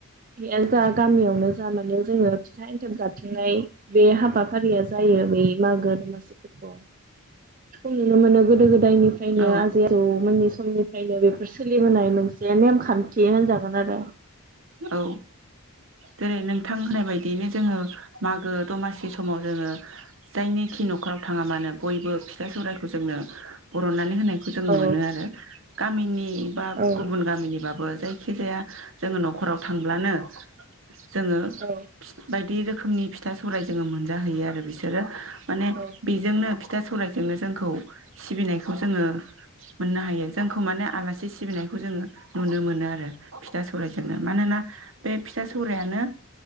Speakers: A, on the right (about 35°); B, on the right (about 60°).
A: <unintelligible> जा गामियावनो जा माने जोङो फिथा एन्थाब जााथिंनाय बे हाबाफारिया जायो बै मागो दमासिफोरखौ <unintelligible> नुनो मोनो गोदो गोदो जायनिफ्रायनो
B: औ
A: आजि आजौ मोननि समनि खायनो बेफोर सोलि नाय मोनसे नेमखान्थि होनजागोन आरो।
B: औ जेरै नोंथां होननाय बायदियैनो जोङो मागो दमासि समाव जोङो जायनिखि न'खराव थाङा मानो बयबो फिसा सौरायखौ जोंनो बर'ननानै होनायखौ जों
A: औ
B: मोनो आरो। गामिनि बा
A: औ
B: गुबुन गामिनिबाबो जायखि जाया जोङो न थांब्लानो जोङो
A: औ
B: बायदि रोख खोमनि फिथा सौराय जोङो मोनजाहैयो आरो बिसोरो माने
A: औ
B: बेजोंनो फिथा सौरायजोंनो जोंखौ सिबिनायखौ जोङो मोननो हायो जोंखौ माने आलासि सिबिनायखौ जोङो नुनो मोनो आरो फिथा सौराय जोंनो मानोना बे फिथा सौरायानो